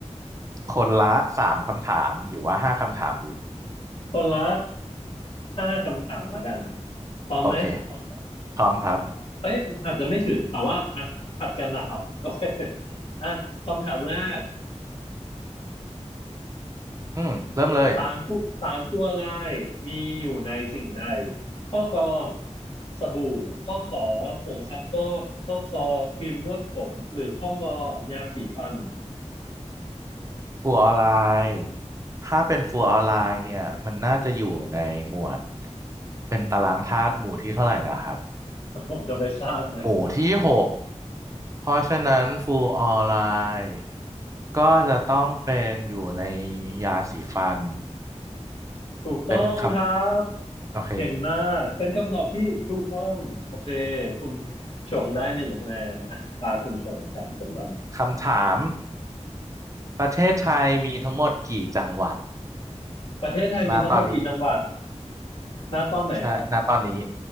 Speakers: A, on the right; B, on the left.
A: คนละสามคำถามหรือว่าห้าคำถามดี
B: คนละห้าคำถามแล้วกันพร้อมไหม
A: โอเคพร้อมครับ
B: เอ้ยอาจจะไม่ถึงแต่ว่าอ่ะผัดกันนะครับโอเคอ่ะคำถามแรก
A: อืมเริ่มเลย
B: สารผู้สารผู้อะไรมีอยู่ในสิ่งใดข้อกอสบู่ข้อขอผงซักฟอกข้อคอครีมนวดผมหรือข้องอยาสีฟัน
A: ฟูลออนไลน์ถ้าเป็นฟูลออนไลน์เนี่ยมันน่าจะอยู่ในหมวดเป็นตารางธาตุหมู่ที่เท่าไหร่นะครับ
B: ผมจะไปทราบไหม
A: หมู่ที่หกเพราะฉะนั้นฟูลออนไลน์ก็จะต้องเป็นอยู่ในยาสีฟัน
B: ถูกต้องครับ
A: เป็นคำโอเค
B: เก่งมากเป็นคำตอบที่ถูกต้องโอเคคุณชงได้หนึ่งคะแนนอ่ะตาคุณชงถามผมบ้าง
A: คำถามประเทศไทยมีทั้งหมดกี่จังหวัด
B: ประเทศไทยมีทั้งหมดกี่จังหวัด
A: ณตอนนี้
B: ณตอนไหนครับ
A: ใช่ณตอนนี้